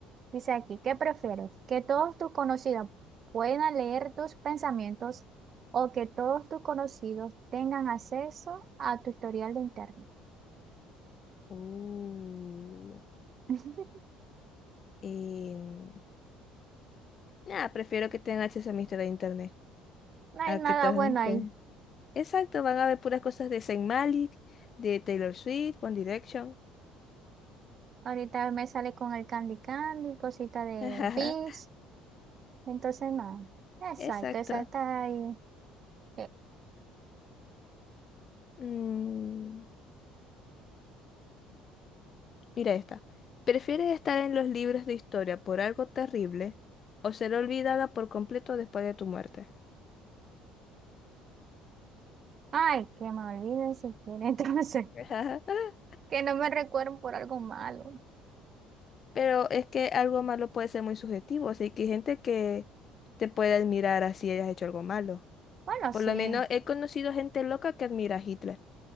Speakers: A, on the right; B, on the left.
A: Dice aquí, ¿qué prefieres? ¿Que todos tus conocidos puedan leer tus pensamientos o que todos tus conocidos tengan acceso a tu historial de internet?
B: Uh,
A: <laughs>
B: em, nah, prefiero que tengan acceso a mi historia de internet.
A: No hay
B: A
A: nada
B: que todas
A: bueno
B: las
A: ahí.
B: <laughs> ven. Exacto, van a ver puras cosas de Saint Malik, de Taylor Swift, One Direction.
A: Ahorita me sale con el Candy Candy, cosita de
B: <laughs>
A: Pinch. Entonces, no. Exacto,
B: Exacto.
A: exacto. Ay, eh,
B: Mm, mira esta. ¿Prefieres estar en los libros de historia por algo terrible o ser olvidada por completo después de tu muerte?
A: ay, que me olviden si quieren. <laughs> Entonces,
B: <laughs>
A: que no me recuerden por algo malo.
B: Pero es que algo malo puede ser muy subjetivo, así que hay gente que te puede admirar así hayas hecho algo malo.
A: Bueno,
B: Por
A: sí.
B: lo menos he conocido gente loca que admira a Hitler.